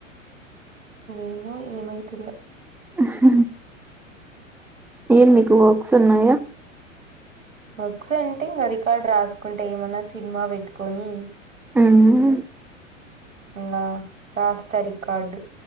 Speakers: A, on the right; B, in the centre.
A: ఏమో ఏమైతుందో
B: హా ఏం మీకు వాక్ సున్నాయ
A: వర్క్స్ అంటే ఇగ రికార్డు రాసుకుంటే ఏమన్నా సినిమా పెట్టుకొని
B: మ్ మ్
A: ఇంగా రాస్త రికార్డు